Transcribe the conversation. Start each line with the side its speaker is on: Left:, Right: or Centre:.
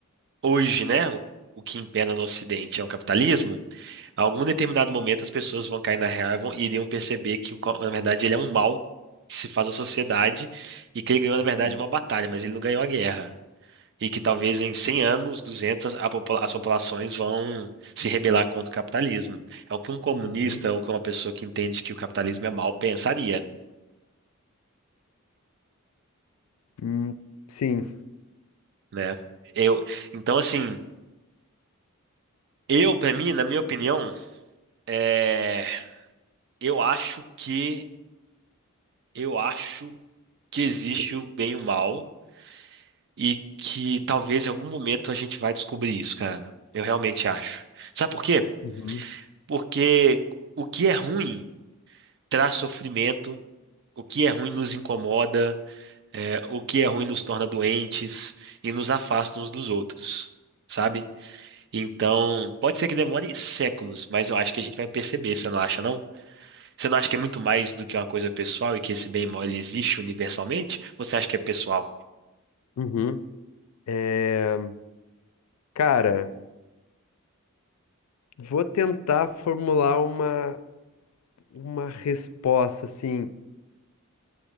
Right: hoje, né, o, o que impera no Ocidente é o capitalismo, a algum determinado momento as pessoas vão cair na real e vão- e iriam perceber que, o co- na verdade, ele é um mal que se faz à sociedade e que ele ganhou, na
Left: Uhum.
Right: verdade, uma batalha, mas ele não ganhou a guerra. E que talvez em 100 anos, 200, a popula- as populações vão se rebelar contra o capitalismo. É o que um comunista
Left: Uhum.
Right: ou que uma pessoa que entende que o capitalismo é mal pensaria,
Left: Hum, sim.
Right: né? Eu, então, assim, eu, pra mim, na minha opinião, é, eu acho que Eu acho que existe o bem e o mal e que talvez em algum momento a gente vai descobrir isso, cara. Eu realmente acho. Sabe por quê?
Left: Uhum.
Right: Porque o que é ruim traz sofrimento, o que é ruim nos incomoda, é, o que é ruim nos torna doentes e nos afasta uns dos outros, sabe? Então, pode ser que demore séculos, mas eu acho que a gente vai perceber, você não acha, não? Você não acha que é muito mais do que uma coisa pessoal e que esse bem e mal ele existe universalmente? Ou você acha que é pessoal?
Left: Uhum. É, cara. Vou tentar formular uma, uma resposta, assim.